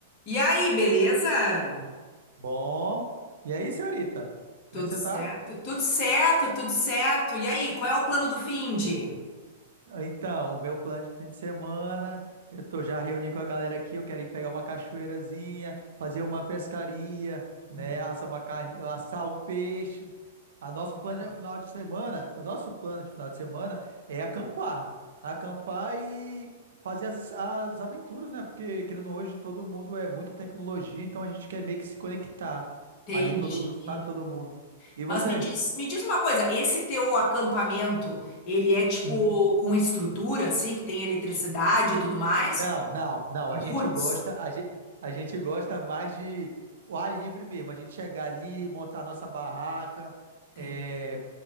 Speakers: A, on the left; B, on the right.
A: E aí, beleza?
B: Bom. E aí, senhorita?
A: Tudo
B: Como é que você
A: certo?
B: tá?
A: Tudo certo, tudo certo. E aí, qual é o plano do finde?
B: Então, o meu plano de fim de semana, eu tô já reuni com a galera aqui, eu quero ir pegar uma cachoeirazinha, fazer uma pescaria, né,
A: Boa.
B: assar uma carne, assar um peixe. A nosso plano
A: boa.
B: de final de semana, o nosso plano de final de semana é acampar. Acampar e fazer as, as aventuras, né? Porque querendo hoje todo mundo é muita tecnologia, então a gente quer meio que se conectar
A: Entendi.
B: ali todo, sabe, todo mundo. E você?
A: Mas me diz, me diz uma coisa, esse teu acampamento, ele é tipo
B: Uhum.
A: com estrutura, assim, que tem eletricidade e tudo mais?
B: Não, não, não.
A: É
B: A gente
A: Roots.
B: gosta, a gente, a gente gosta mais de o ar livre mesmo. A gente chegar ali, montar nossa barraca,
A: Tem.
B: é,